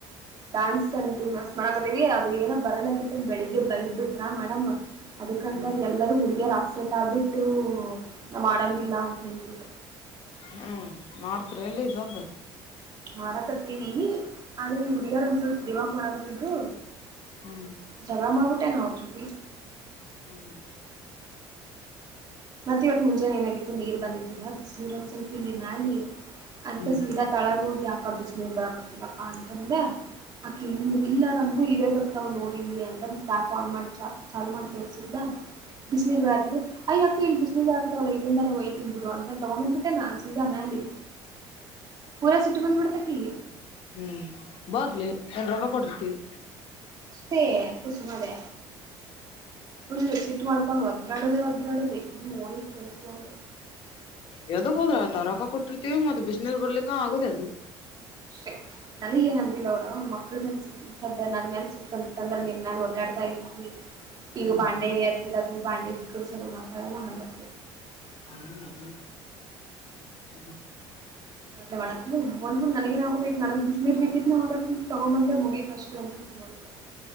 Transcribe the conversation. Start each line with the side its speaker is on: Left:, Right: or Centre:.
Right: ಡಾನ್ಸ್ ಅಂತು ಮಸ್ತ್ ಮಾಡಕತ್ತೇವಿ ಅದು ಏನೋ ಬರಲಾಗಿತ್ತು ಬೆಳಗ್ ಬೈದ ಬಿಟ್ರ ಮೇಡಮ್. ಅದಕ್ಕಂತ
Left: ಹ್ಮ್
Right: ಎಲ್ಲರೂ ಹುಡುಗಿಯರ ಅಪ್ಸೆಟ್ ಆಗ್ಬಿಟ್ಟು ನಾವ್ ಮಾಡಂಗಿಲ್ಲ ಅಂತ ನಿಂತತ್ಬಿಟ್ಟು.
Left: ಹ್ಮ್ ಮಾಡ್ತರಿ ಎಲ್ಲಿ ಸದ್ದ.
Right: ಮಾಡಕತ್ತೀನಿ ಆದ್ರೆ ಈ ಹುಡುಗ್ಯರ ಒಂದ್ ಸ್ವಲ್ಪ ದಿವಾಕ್ ಮಾಡಕತ್ತಿದ್ರು.
Left: ಹ್ಮ್
Right: ಜಗಳ ಮಾಡ್ಡಬಿಟ್ಟೆನಾ ಅವ್ರು ಜೊತಿ.
Left: ಹ್ಮ್
Right: ಮತ್ತೆ ಇವತ್ ಮುಂಜಾನೆ ಏನಾಗಿತ್ತು ನೀರ್ ಬಂದಿದ್ದಿಲ್ಲ ಬಿಸನಿರ್ ಒಂದ್ ಸ್ವಲ್ಪ ಇಲ್ಲಿ ಮ್ಯಾಲ ನಿ ಅದಕ
Left: ಹ್ಮ್
Right: ಸ್ಪೀಡಾಗ್ ತಳಗ ಹೋಗಿ ಯಾಕ ಬಿಸ ನೀರ್ ಬರಕತ್ತಲ್ಲಕ್ಕ ಅಂತಂದೆ ಆಕಿ ನೀರ್ ಇಲ್ಲಾ ನಮ್ ಗು ಇವೇ ಬರ್ತಾವ ನೋಡಿಲ್ಲಿ ಅಂತ ಅಂದ್ ಟ್ಯಾಪ್ ಆನ್ ಮಾಡಿ ಚ ಚಾಲು ಮಾಡಿ ತೋರ್ರಿಸಿದಲಾ. ಬಿಸಿನೀರ್ಗಳ್ಯಾತಿದ್ವು ಅಯ್ಯಪ್ ಇಲ್ಲಿ ಬಿಸಿನೀರ್ ಬಿಳಕತವ್ಲೆ ಇಲ್ಲಿಂದಾನೇ ವೈತಿನಿ ಬಿಡು ಅಂತ ತಗೊಂಬಂದ್ಬಿಟೆನ್ನ ಸೀದಾ ಮ್ಯಾಲಿ. ಪೂರಾ ಸಿಟ್ಟುಬಂದ್ಬಿಡ್ತ ಅಕಿಗಿ.
Left: ಹ್ಮ್ ಬರ್ಲಿ ಎನ್ ರೊಕ್ಕ ಕೋಟ್ ಇರ್ತೀವಿ.
Right: ಅಷ್ಟೇ ಅದ್ಕೆ ಸುಮ್ಮದೇ ಫುಲ್ ಸಿಟ್ ಮಾಡ್ಕೊಂಡು ಒದ ಒದ್ರಾಡುದೇ ಒದ್ರಾಡುದೆ ಇದು ಓಣಿಗ್ ಕೇಳುಸುವಂಗ.
Left: ಯದಕ್ ಹೋದ ತರಕ ಕೊಟ್ಟಿರ್ತಿವಿ ಮತ್ತ ಬಿಸ್ನೀರ್ ಬರ್ಲಿಕ್ಕ ಆಗಿದೆ ಅದು.
Right: ಅಷ್ಟೆ ನನಗ್ ಏನ್ ಅಂದಿಲ್ಲ ಅವ್ರ ಅವ್ರ ಮಕ್ಳ ಸಿಟ್ಟ್ ಸದ್ಯ ನನ್ ಮ್ಯಾಲ ಸಿಟ್ ಬಂದಿತ್ತ ಅಂದ್ರ ನಿನ್ ಮ್ಯಾಲ ಓದ್ತಾಡ್ತ ಇದ್ನಿ. ಈಗ
Left: ಹ್ಮ್
Right: ಬಾಂಡೆ ಎತ್ ಹಿಡದು ಬಾಂಡೆ ಕುಕ್ಕರ್ಸುದ ಮಾಡ್ತಾಳಲ್ಲ ಹಂಗತ್ಲೆ.
Left: ಹಾಂಗನಾ ಹಾ ಹಾ
Right: ಹಂಗತ್ಲೆ <unintelligible> ಹೋಲ್ ಬಿಡು ನನಗೇನ್ ಆಗೋದ ಐತ್ ನನಗ್ ಬಿಸ್ನೀರ್ ರ್ಬೇಕಿತ್ <unintelligible> ತಗೊಂಬಂದೆ ಮುಗಿತ್ ಅಷ್ಟ ಅಂತ ಸುಮ್ನಗಿಬಿಟ್ಟೆ.